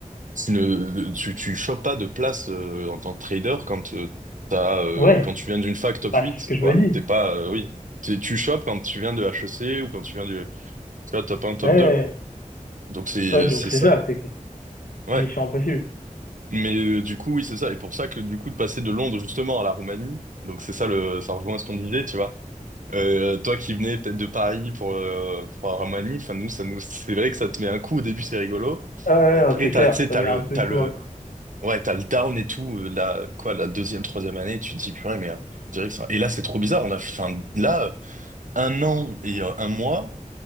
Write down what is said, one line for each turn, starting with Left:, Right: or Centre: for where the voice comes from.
Right: tu ne, tu, tu chopes pas de place, euh, en tant que trader quand, euh, t'as, euh,
Left: Ouais.
Right: quand tu viens d'une fac top
Left: Bah,
Right: 8
Left: c'est ce que je
Right: quoi.
Left: me dis.
Right: T'es pas, euh, oui, T'es- tu chopes quand tu viens de HEC ou quand tu viens du, tu vois, top un top
Left: Ouais. Ouais, ouais.
Right: 2 Donc, c'est,
Left: Ouais, donc
Right: c'est
Left: c'est
Right: ça.
Left: ça, c'est que
Right: Ouais.
Left: c'est mission impossible.
Right: Mais euh, du coup, oui, c'est ça. Et pour ça que du coup, de passer de Londres justement à la Roumanie, donc c'est ça le, ça rejoint ce qu'on disait, tu vois. Euh, toi qui venais peut-être de Paris pour, euh, pour la Roumanie, enfin nous, ça nous, <laughs> c'est vrai que ça te met un coup au début, c'est rigolo.
Left: Ouais, ouais,
Right: Et après,
Left: non, c'est
Right: t'as,
Left: clair.
Right: tu sais,
Left: Ça
Right: t'as
Left: met
Right: le,
Left: un peu
Right: t'as
Left: coup
Right: le,
Left: à coup.
Right: ouais, t'as le down et tout. euh, La, quoi, la deuxième, troisième année, tu te dis purée, mais euh, on dirait que ça. Et là, c'est trop bizarre. On a, enfin, là, euh, un an et euh, un mois,